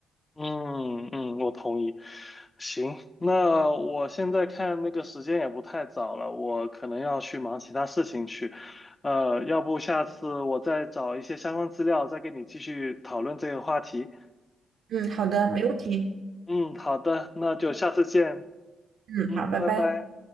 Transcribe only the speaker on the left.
嗯嗯，我同意。行，那我现在看那个时间也不太早了，我可能要去忙其他事情去。呃，要不下次我再找一些相关资料，再跟你继续讨论这个话题。
嗯，好的，那就下次见。
嗯，
拜拜。